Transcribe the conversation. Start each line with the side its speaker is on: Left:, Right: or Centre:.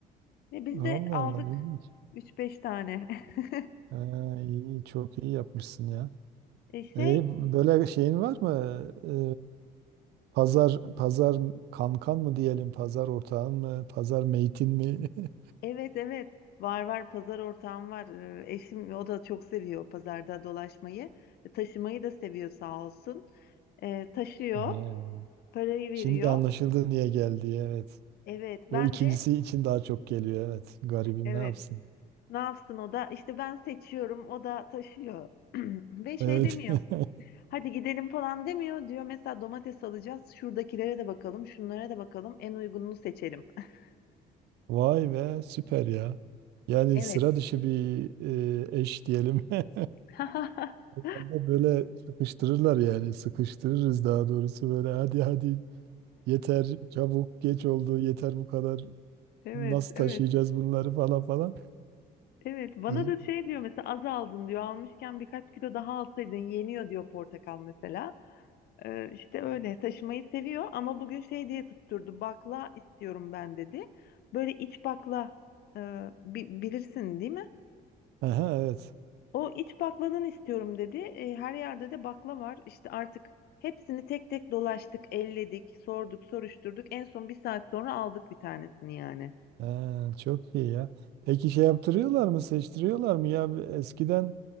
Left: Ve biz
Right: Allah
Left: de aldık
Right: Allah. ilginç.
Left: üç beş tane. <laughs>
Right: Ha, iyi, çok iyi yapmışsın ya.
Left: E, şey
Right: E, böyle şeyin var mı? E, pazar pazar kankan mı diyelim, pazar ortağın mı, pazar meytin mi? <laughs>
Left: evet evet var var pazar ortağım var. E, eşim o da çok seviyor pazarda dolaşmayı. E, taşımayı da seviyor sağ olsun. E, taşıyor,
Right: He.
Left: parayı veriyor.
Right: Şimdi anlaşıldı niye geldi. Evet.
Left: Evet
Right: O
Left: ben
Right: ikincisi
Left: de
Right: için daha çok geliyor. Evet. Garibim
Left: evet
Right: ne yapsın?
Left: ne yapsın o da işte ben seçiyorum o da taşıyor. <clears throat> Ve şey
Right: Evet.
Left: demiyor.
Right: <laughs>
Left: Hadi gidelim falan demiyor. Diyor mesela domates alacağız. Şuradakilere de bakalım, şunlara da bakalım. En uygununu seçelim. <laughs>
Right: Vay be süper ya. Yani
Left: Evet.
Right: sıra dışı bir e, eş diyelim. <laughs>
Left: <laughs>
Right: Herhalde Böyle sıkıştırırlar yani. Sıkıştırırız daha doğrusu böyle hadi hadi yeter çabuk geç oldu yeter bu kadar.
Left: Evet,
Right: Nasıl
Left: evet.
Right: taşıyacağız bunları falan falan.
Left: Evet, bana
Right: İyi.
Left: da şey diyor mesela az aldın diyor. Almışken birkaç kilo daha alsaydın yeniyor diyor portakal mesela. Ee, işte öyle taşımayı seviyor ama bugün şey diye tutturdu. Bakla istiyorum ben dedi. Böyle iç bakla e, bi- bilirsin değil mi?
Right: Aha, evet.
Left: O iç bakladan istiyorum dedi. E, her yerde de bakla var. İşte artık hepsini tek tek dolaştık, elledik, sorduk, soruşturduk. En son bir saat sonra aldık bir tanesini yani.
Right: Ha, çok iyi ya. Peki şey yaptırıyorlar mı, seçtiriyorlar mı ya? Eskiden